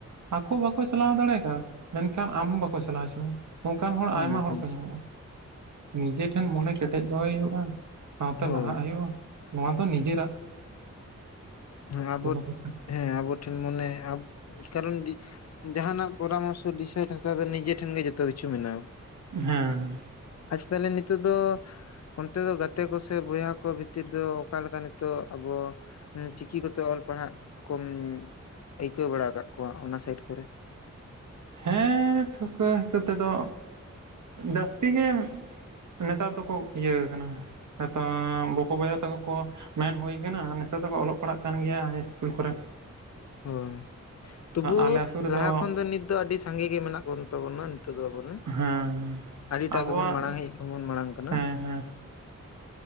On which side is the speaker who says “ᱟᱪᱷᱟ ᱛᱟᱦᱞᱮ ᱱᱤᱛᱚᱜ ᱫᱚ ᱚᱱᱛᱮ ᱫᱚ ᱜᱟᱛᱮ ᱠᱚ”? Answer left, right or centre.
Left